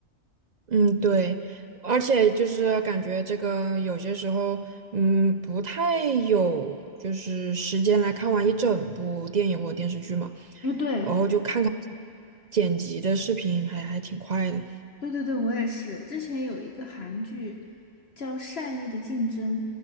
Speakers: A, on the right (about 45°); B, on the left (about 55°).
A: 嗯，对，而且就是感觉这个有些时候，嗯，不太有就是时间来看完一整部电影或者电视剧嘛，
B: 嗯，对，
A: 然后就看看剪辑的视频还，还挺快的。
B: 对对对，我也是。之前有一个韩剧叫《善意的竞争》，